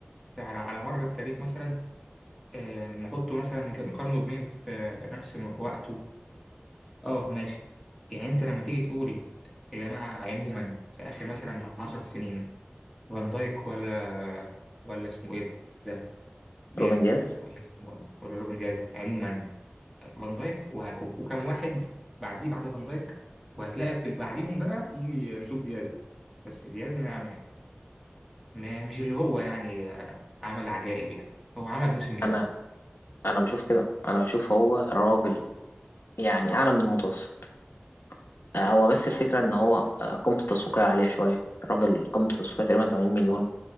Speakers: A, in the centre; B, on the left.
A: على على مر التاريخ مثلا آه، نحطه مثلا نقارنه بمين في نفس م- وقته اه ماشي يعني انت لما تيجي تقولي يا جماعة عموما في آخر مثلا عشر سنين فان دايك ولا ولا اسمه ايه ده دياز
B: روبن دياز
A: ولا اسمه ولا روبن دياز عموما فان دايك وه- وكم واحد بعديه بعد فان دايك وهتلاقي في اللي بعديهم بقى يجي نشوف دياز بس دياز ما ما- مش اللي هو يعني آه، عمل عجائب يعني هو عمل موسم كامل
B: أنا أنا بشوف كده أنا بشوف هو راجل يعني أعلى من المتوسط آه، هو بس الفكرة إن هو آه، قيمته التسويقية عالية شوية الراجل قيمته التسويقية تقريبا 80 مليون